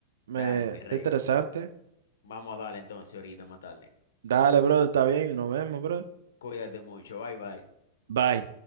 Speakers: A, on the right (about 65°); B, on the left (about 65°).
A: Me,
B: Dale, mi
A: está
B: rey.
A: interesante.
B: Vamos a darle entonces ahorita más tarde.
A: Dale, bro, está bien, nos vemos, bro.
B: Cuídate mucho. Bye bye.
A: Bye.